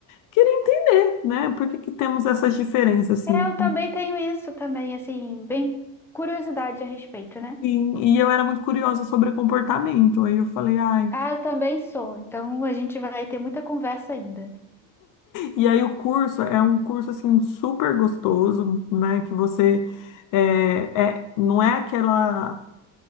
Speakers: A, on the left (about 50°); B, in the centre.
A: Queria entender, né? Por que que temos essas diferenças, assim?
B: É, Eu também tenho isso também, assim, bem curiosidade a respeito, né?
A: E, e eu era muito curiosa sobre comportamento. Aí eu falei, ai.
B: Ah, eu também sou, então a gente vai ter muita conversa ainda.
A: E aí o curso é um curso assim super gostoso, né? Que você é, é- não é aquela